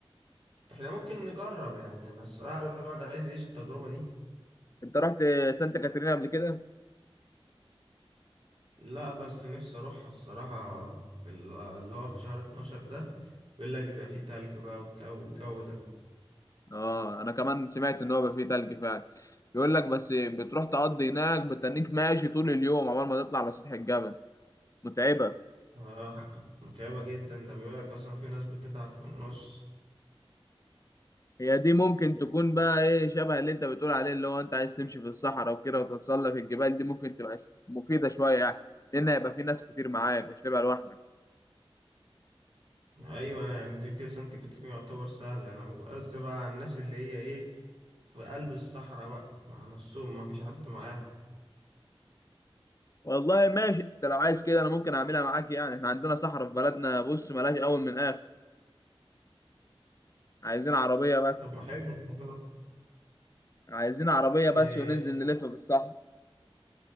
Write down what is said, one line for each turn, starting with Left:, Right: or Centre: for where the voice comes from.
Right: إحنا ممكن نجرب يعني أنا الصراحة الواحد عايز يعيش التجربة دي
Left: أنت رحت سانتا كاترينا قبل كده؟
Right: لا بس نفسي أروحها الصراحة في ال- اللي هو في شهر 12 ده بيقول لك بيبقى فيه تلج بقى والجو والجو ده
Left: آه أنا كمان سمعت إن هو بقى فيه تلج فعلا بيقول لك بس بتروح تقضي هناك بتنيك ماشي طول اليوم عقبال ما تطلع على سطح الجبل متعبة
Right: اه متعبة جدا ده بيقولك أصلا في ناس بتتعب في النص
Left: هي دي ممكن تكون بقى إيه شبه اللي أنت بتقول عليه اللي هو أنت عايز تمشي في الصحراء وكده وتتسلق الجبال دي ممكن تبقى مفيدة شوية يعني لأن هيبقى في ناس كتير معاك مش تبقى لوحدك
Right: أيوة أنا يعني دي كده سانت كاترين يعتبر سهلة أنا ممكن قصدي بقى على الناس اللي هي إيه في قلب الصحراء بقى مع نفسهم مفيش حد معاهم
Left: والله ماشي انت لو عايز كده انا ممكن اعملها معاك يعني احنا عندنا صحراء في بلدنا بص ملهاش اول من اخر عايزين عربية بس
Right: طب ما حلو الموضوع ده
Left: عايزين عربية
Right: إيه
Left: بس وننزل نلف في الصحراء